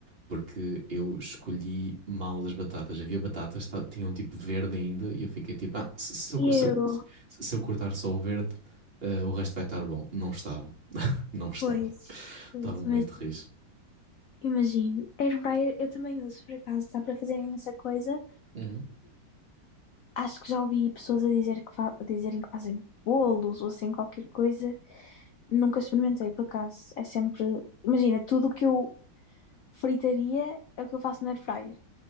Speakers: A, on the right; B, on the left.
A: Porque eu escolhi mal as batatas. Havia batatas que tinham um tipo verde ainda e eu fiquei tipo, ah, se, se eu,
B: Eu,
A: se eu- se eu cortar só o verde, uh, o resto vai estar bom. Não estava, não estava.
B: pois, pois,
A: Estava muito
B: mas
A: riso
B: imagino. Air fryer eu também uso, por acaso, dá para fazer imensa coisa.
A: Uhum.
B: Acho que já ouvi pessoas a dizer que fa- a dizerem que fazem bolos ou assim qualquer coisa. Nunca experimentei, por acaso. É sempre, imagina, tudo o que eu fritaria é o que eu faço na air fryer.